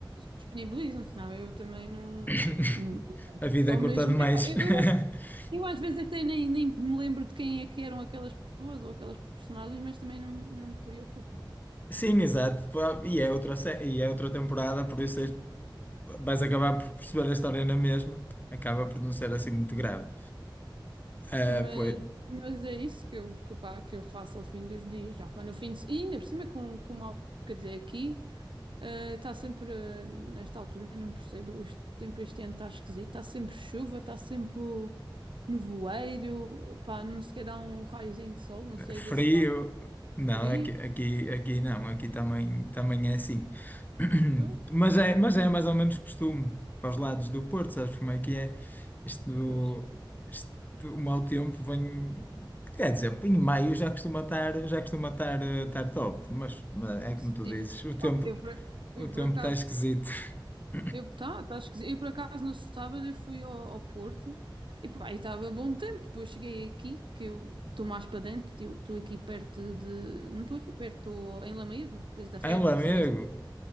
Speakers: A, on the right; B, on the left.
A: disponibilizam-se, não. Eu também não.
B: <laughs>
A: Pá, não.
B: A vida
A: Só
B: é curta
A: mesmo.
B: demais.
A: epá, eu,
B: <laughs>
A: eu, eu às vezes até nem, nem me lembro de quem é que eram aquelas pessoas ou aquelas personagens, mas também não, não me preocupa.
B: Sim, exato. Pá, E é outra, sé- e é outra temporada, por isso és- vais acabar por perceber a história na mesma. Acaba por não ser assim muito grave. Ah,
A: Mas,
B: pois.
A: mas é isso que eu, que, pá, que eu faço ao fim dos dias, já pá, no fim de, e ainda por cima com, com mal, quer dizer, aqui eh, está sempre, eh, nesta altura, não percebo, este tempo este ano está esquisito, está sempre chuva, está sempre nevoeiro, pá, não sequer dá um raiozinho de sol, não sei,
B: Frio?
A: desse lado
B: Não,
A: frio,
B: aqui, aqui, aqui não, aqui também, também é assim. <clears throat>
A: pois,
B: Mas é, mas é mais ou menos costume para os lados do Porto, sabes como é que é? Isto, do-
A: pois,
B: isto, do- o mau tempo vem. Quer dizer, em maio já costuma estar, já costuma estar, eh, estar top, mas, mas é
A: sim,
B: como tu dizes,
A: sim.
B: o tempo,
A: Oh, eu por, ac-
B: o
A: eu
B: tempo
A: por acaso
B: está esquisito. <laughs>
A: Eu, tá, tá esquisito. Eu, por acaso, no sábado eu fui ao, ao Porto e pá, estava bom tempo. Depois cheguei aqui, que eu estou mais para dentro, eu estou aqui perto de... Não estou aqui perto, estou em Lamego, depois da Régua,
B: ah meu amigo,
A: assim, nessa...